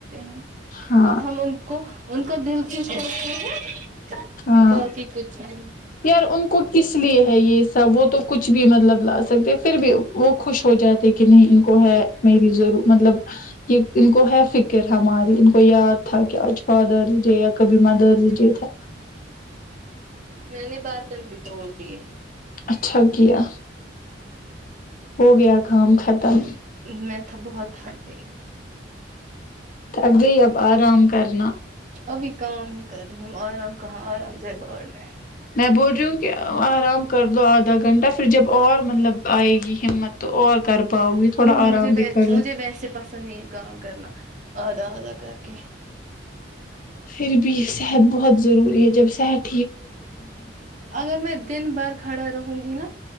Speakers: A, on the right; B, on the left.
A: ہیں
B: ہاں
A: اب ہم ان کو ان کا دل کس کرتے ہے
B: ہاں
A: باقٹیک جی
B: یار ان کو کس لیے ہے یہ سب وہ تو کچھ بھی مطلب لا سکتے پھر بھی وہ خوش ہو جاتے کہ نہیں ان کو ہے میری ضرور مطلب یہ ان کو ہے فکر ہماری ان کو یاد تھا کہ آج فادرس ڈے یا کبھی مدرس ڈے تھا
A: میں نے بار تند بھی توڑ دیے
B: اچھا گیا ہو گیا کام ختم
A: میں تھا بہت تھک گئی
B: تھک گئی اب آرام کرنا
A: ابھی کام ہی کر رہی ہوں آرام کہاں آرام جائے باور میں
B: میں بول رہی ہوں کہ آرام کر لو آدھا گھنٹہ پھر جب اور مطلب آئے گی ہمت تو اور کر پاؤ گی تھوڑا
A: نہیں
B: آرام
A: مجھے
B: بھی
A: و
B: کرو
A: مجھے ویسے پسند نہیں ہے کام کرنا ادا ادا کر کے
B: پھر بھی صحت بہت ضروری ہے جب شحت
A: اگر میں دن بھر کھڑا رہوں گی نا